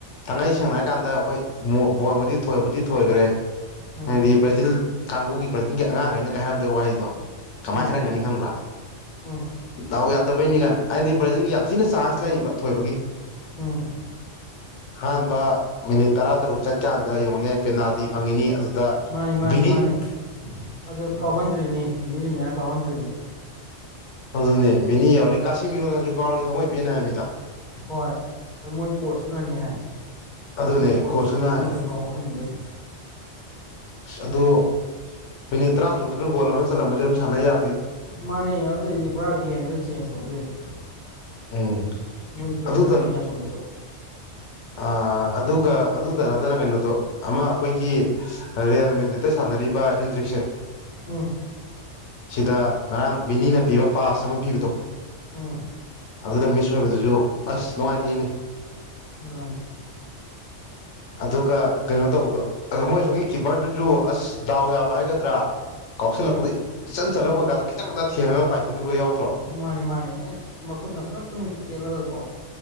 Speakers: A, on the left (about 80°); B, on the left (about 45°).
A: ꯊꯥꯡꯉꯩ ꯁꯦꯡꯅ ꯍꯥꯏꯀꯥꯟꯗ ꯑꯩꯈꯣꯏ ꯃꯣ ꯕꫭꯟꯕꯨꯗꯤ ꯊꯣꯏꯕꯨꯗꯤ ꯊꯣꯏꯈ꯭ꯔꯦ
B: ꯎꯝ
A: ꯍꯥꯏꯗꯤ ꯕ꯭ꯔꯥꯖꯤꯜ ꯀꯥꯡꯕꯨꯒꯤ ꯕ꯭ꯔꯥꯖꯤꯜꯒꯤ ꯑꯉꯥꯡꯈꯩꯅꯒ ꯍꯥꯏꯔꯝꯗꯣꯏ ꯋꯥꯍꯩꯗꯣ ꯀꯃꯥꯏ
B: ꯎꯝ
A: ꯍꯥꯏꯔꯝꯒꯅꯤ ꯈꯪꯕ꯭ꯔ
B: ꯎꯝ
A: ꯗꯥꯎ ꯌꯥꯗꯕꯩꯅꯤ ꯀꯥꯏꯅ ꯍꯥꯏꯗꯤ ꯕ꯭ꯔꯥꯖꯤꯟꯒꯤ ꯌꯥꯝ ꯊꯤꯅ ꯆꯥꯟꯁ ꯂꯩꯌꯦꯕ ꯊꯣꯏꯕꯒꯤ
B: ꯎꯝ
A: ꯑꯍꯥꯟꯕ ꯃꯤꯅꯤꯠ ꯇꯔꯥ ꯇꯔꯨꯛ ꯆꯠꯀꯥꯟꯗ ꯌꯦꯡꯉꯨꯅꯦ ꯄꯦꯅꯥꯜꯇꯤ ꯐꯪꯉꯤꯅꯤ ꯑꯗꯨꯗ
B: ꯃꯥꯅꯤ ꯃꯥꯅꯤ
A: ꯕꯤꯅꯤ
B: ꯃꯥꯅꯤ ꯑꯗꯨ ꯀꯥꯎꯍꯟꯗ꯭ꯔꯤꯅꯤ ꯕꯤꯅꯤꯁꯨꯨꯅꯤꯌꯥ ꯀꯥꯎꯍꯟꯗ꯭ꯔꯤꯅꯤ
A: ꯑꯗꯨꯅꯦ ꯕꯤꯅꯤ ꯌꯥꯎꯔꯤ ꯀꯥꯁꯤꯃꯤꯔꫭꯜꯂꯖꯨ ꯀꯥꯎꯔꯤ ꯊꯃꯣꯏ ꯄꯦꯟꯅꯦ ꯍꯥꯏꯕꯅꯤꯗꯥ
B: ꯍꯣꯏ ꯑꯗꯨ ꯃꯣꯏ ꯀꯣꯁꯇꯨꯅꯅꯤ ꯍꯥꯏ
A: ꯑꯗꯨꯅꯦ
B: ꯃꯣꯏ ꯀꯣꯁꯇꯨꯅ
A: ꯀꯣꯆꯇꯨꯅ
B: ꯑꯃꯗ
A: ꯍꯥꯏ
B: ꯀꯥꯎꯍꯟꯅꯤꯡꯕꯩ
A: ꯑꯁ ꯑꯗꯨ ꯃꯤꯅꯤꯠ ꯇꯔꯥꯇꯔꯨꯛꯇꯨꯗ ꯒꯣꯜ ꯑꯃ ꯆꯠꯂꯝꯕꯖꯦ ꯑꯗꯨꯝ ꯁꯥꯟꯅ ꯌꯥ
B: ꯃꯥꯅꯦ ꯑꯗꯨꯏꯗꯤ ꯄꯨꯔꯥ ꯒꯦꯝꯗꯨ ꯆꯦꯟꯁ ꯇꯧꯗꯣꯏꯅꯤ
A: ꯎꯝ
B: ꯃꯣꯏ ꯄꯔꯦꯁ꯭ꯔ
A: ꯑꯗꯨꯇ
B: ꯂꯩꯅꯤ ꯑꯁꯣꯝꯗꯖꯨ
A: ꯑ ꯑꯗꯨꯒ ꯑꯗꯨꯇ ꯅꯠꯇꯅ ꯀꯩꯅꯣꯗꯣ ꯑꯃ ꯑꯩꯈꯣꯏꯒꯤ ꯔꯤꯌꯦꯜꯃꯦꯗ꯭ꯔꯤꯠꯇ ꯥꯅꯔꯤꯕ ꯑꯦꯟꯗ꯭ꯔꯤꯛꯁꯦ
B: ꯎꯝ
A: ꯁꯤꯗ ꯉꯔꯥꯡ ꯕꯤꯅꯤꯅ ꯄꯤꯕ ꯄꯥꯁ ꯑꯃ ꯄꯤꯕꯗꯣ
B: ꯑ
A: ꯑꯗꯨꯗ ꯃꯤꯁ ꯑꯣꯏꯕꯗꯨꯖꯨ ꯑꯁ ꯅꯨꯡꯉꯥꯏꯇꯦꯅꯦ
B: ꯃꯥꯅꯤ
A: ꯑꯗꯨꯒ ꯀꯩꯅꯣ ꯇꯧꯕꯗꯣ ꯑ ꯃꯣꯏ ꯁꯣꯝꯒꯤ ꯀꯤꯞꯄꯔꯗꯨꯖꯨ ꯑꯁ ꯗꯥꯎ ꯌꯥꯕ ꯍꯥꯏꯒꯗ꯭ꯔꯥ ꯀꯥꯎꯁꯤꯜꯂꯛꯄꯗ
B: ꯎꯝ
A: ꯏ ꯆꯟ ꯆꯜꯂ ꯕꫭꯜꯒꯗꫭ ꯈꯤꯇꯪꯗ ꯊꯦꯡꯉꯒ ꯄꯥꯏꯊꯣꯛꯈꯤꯕ ꯌꯥꯎ
B: ꯃꯥꯅꯤ ꯃꯥꯅꯤ ꯑꯦꯛ ꯃꯈꯨꯠꯅ ꯈꯛꯇꯪ ꯈꯦꯠꯂꯒꯀꯣ